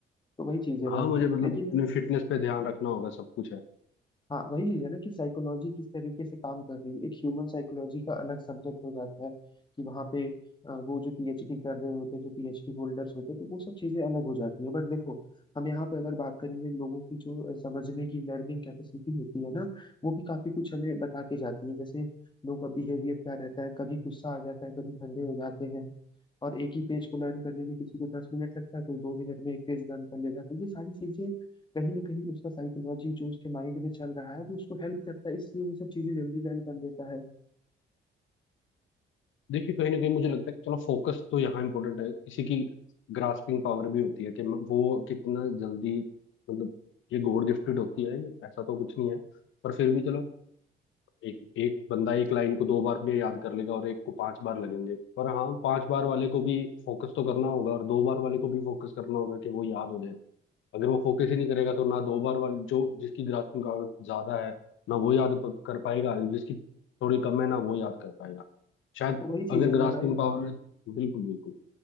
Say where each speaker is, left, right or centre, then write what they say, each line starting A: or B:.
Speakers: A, on the left; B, on the left.
A: तो वही चीज है भाई
B: हाँ मुझे मतलब
A: लेकिन
B: अपनी फिटनेस पे ध्यान रखना होगा सब कुछ है
A: हाँ वही चीज है ना कि साइकोलॉजी किस तरीके से काम कर रही है एक ह्यूमन साइकोलॉजी का अलग सब्जेक्ट हो जाता है कि वहाँ पे अ, वो जो पीएचडी कर रहे होते हैं जो पीएचडी होल्डर्स होते हैं तो वो सब चीजें अलग हो जाती है बट देखो हम यहाँ पे अगर बात करेंगे लोगों की जो अ, समझने की लर्निंग कैपेसिटी होती है ना वो भी काफी कुछ हमें बता के जाती है जैसे लोगों का बिहेवियर क्या रहता है कभी गुस्सा आ जाता है कभी ठंडे हो जाते हैं और एक ही पेज को लर्न करने में किसी को दस मिनट लगता है कोई दो मिनट में एक पेज लर्न कर ले जाता है तो ये सारी चीजें कहीं ना कहीं उसका साइकोलॉजी जो उसके माइंड में चल रहा है वो उसको हेल्प करता है इसलिए वो सब चीजें जल्दी लर्न कर लेता है
B: देखिए कहीं ना कहीं मुझे लगता है कि चलो फोकस तो यहाँ इंपॉर्टेंट है इसी की ग्रास्पिंग पावर भी होती है कि म- वो कितना जल्दी मतलब ये गॉड गिफ्टेड होती है ये ऐसा तो कुछ नहीं है पर फिर भी चलो एक एक बंदा एक लाइन को दो बार में याद कर लेगा और एक को पांच बार लगेंगे पर हाँ पांच बार वाले को भी फोकस तो करना होगा और दो बार वाले को भी फोकस करना होगा कि वो याद हो जाए अगर वो फोकस ही नहीं करेगा तो ना दो बार वाले जो जिसकी ग्रास्पिंग पावर ज्यादा है ना वो याद प- कर पाएगा जिसकी थोड़ी कम है ना वो याद कर पाएगा शायद
A: तो वही चीज
B: अगर
A: है
B: ग्रास्पिंग
A: ना भाई
B: पावर बिल्कुल बिल्कुल